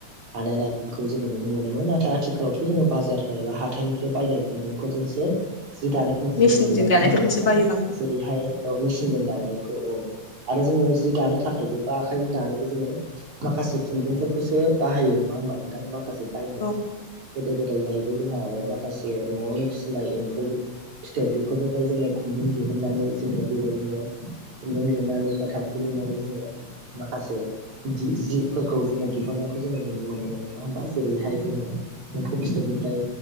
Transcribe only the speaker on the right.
बानायनायखौ जोङो नुनो मोनोमोन नाथाय आथिखालाव जोङो बाजार बाइ बा हाथाइनिफ्राय बायनाय खुन्दुंफोरजोंसो जि दानायखौ
नुनो मोनो नङा
होमबा नोंथां?
जेरैहाय औ मेचिनजों दानायखौ औ आरो जोङो जि दानो थाखायबो बा आखाइजों दानोबो जोङो माखासे खुन्दुंफोरखौसो बाहायो नङा होमबा नोंथां माखासे बायनाय
खुन्दुं गोदो गोदाय जाहैबाय जोंहा आरो माखासे न'आवनो फिसिनाय एम्फौ फिथोब बेफोरनिफ्राय जोङो खुन्दुं दिहुनन्नानै जोङो बेबायदिनो खुन्दुं लुनानै बा थावख्रि लुनानै जोङो माखासे जि जिफोरखौ जोङो दिहुननायखौ जोङो नुनो मोनोमोन नङा होमबा जेरैहाय जोङो एम्फौ फिथोबनि फ्राय